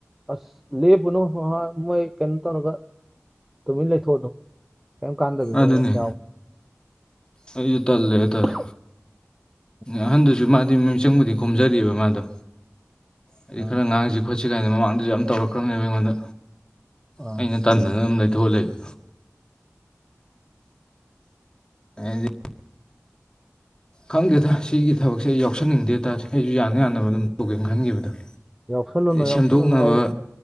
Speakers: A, in the centre; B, on the left.
A: ꯑꯁ ꯂꯦꯞꯄꯨꯅꯣ <unintelligible> ꯃꯣꯏ ꯀꯩꯅꯣ ꯇꯧꯔꯒ ꯇꯨꯃꯤꯟ ꯂꯩꯊꯣꯛꯑꯣ ꯑꯗꯨꯝ ꯀꯔꯤꯝ ꯀꯥꯟꯗꯕꯤꯗ
B: ꯑꯗꯨꯅꯤ
A: <unintelligible>
B: ꯑꯩꯁꯨ ꯇꯜꯂꯦ ꯍꯥꯏꯇꯥꯔꯦ
A: <inaudible>
B: ꯑꯍꯟꯗꯨꯁꯨ ꯃꯥꯗꯤ ꯃꯤꯡꯆꯪꯕꯨꯗꯤ ꯈꯣꯝꯖꯔꯤꯕ ꯃꯥꯗꯣ ꯑꯩꯗꯤ
A: ꯑꯥ
B: ꯈꯔ ꯉꯥꯡꯁꯤ ꯈꯣꯠꯁꯤ ꯀꯥꯏꯅ ꯃꯃꯥꯡꯗꯁꯨ ꯌꯥꯝ ꯇꯧꯔꯛꯈ꯭ꯔꯕꯅꯤꯕ ꯑꯩꯉꯣꯟꯗ
A: ꯑꯥ
B: ꯑꯩꯅ ꯇꯟꯗꯅ ꯑꯗꯨꯝ ꯂꯩꯊꯣꯛꯑ ꯂꯩꯕ <inaudible> ꯑꯩꯗꯤ ꯈꯪꯗꯦꯗ ꯁꯤꯒꯤ ꯊꯕꯛꯁꯦ ꯑꯩ ꯌꯥꯎꯁꯟꯅꯤꯡꯗꯦ ꯑꯩꯁꯨ ꯌꯥꯅ ꯌꯥꯅꯕ ꯑꯗꯨꯝ ꯇꯧꯒꯦꯅ ꯈꯟꯈꯤꯕꯗꯣ
A: ꯌꯥꯎꯁꯜꯂꯨꯅꯨ ꯌꯥꯎꯁꯜꯂꯨꯅꯨ
B: ꯁꯦꯝꯗꯣꯛꯅꯕ
A: ꯍꯌꯦꯡ